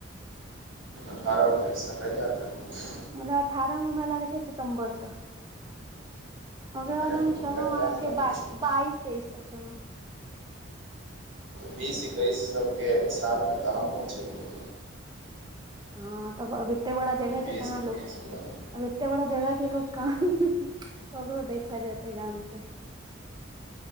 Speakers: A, on the right; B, on the right.
A: अठारह उन्नैस सऽ कहिया तक।
B: मतलब अठारह मे हमरा लागै छै सितम्बर सऽ। ओकरा
A: अरे
B: बाद हम
A: मतलब
B: छेलै
A: कहिया
B: आहाँके
A: तक
B: बा- बाइस तेइस तक छेलौ।
A: बीस एकैस सब के सालमे तऽ हमहुँ छेलियै।
B: हँ तब अब एते बड़ा जगह छै
A: बीस
B: कहाँ लोक?
A: एकैस
B: अब एते बड़ा जगह छै लोक कहाँ ककरो देखऽ जेतेै जानतेै।